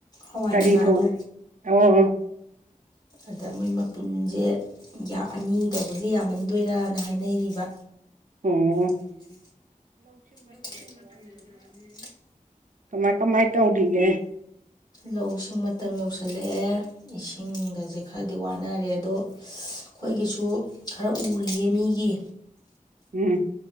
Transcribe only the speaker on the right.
ꯀꯔꯤ
ꯊ ꯑꯣ
ꯑꯣ
ꯀꯃꯥꯏ ꯀꯃꯥꯏ ꯇꯧꯔꯒ
ꯎꯝ